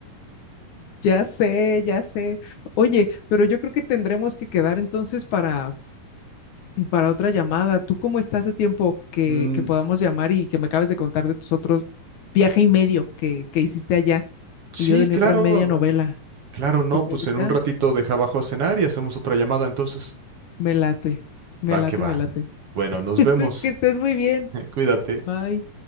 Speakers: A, on the left; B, on the right.
A: Ya sé, ya sé. Oye, pero yo creo que tendremos que quedar entonces para, para otra llamada. ¿Tú cómo estás de tiempo que,
B: Mm,
A: que podamos llamar y que me acabes de contar de tus otros viaje y medio que, que hiciste allá
B: sí,
A: y yo de mi
B: claro,
A: otra media novela?
B: ah, claro, no,
A: Porque
B: pues
A: ahorita
B: en un ratito deja abajo a cenar y hacemos otra llamada entonces.
A: me late, me
B: Va
A: late,
B: que va.
A: me late.
B: Bueno, nos
A: <laughs>
B: vemos.
A: Que estés muy bien.
B: <laughs> Cuídate.
A: Bye.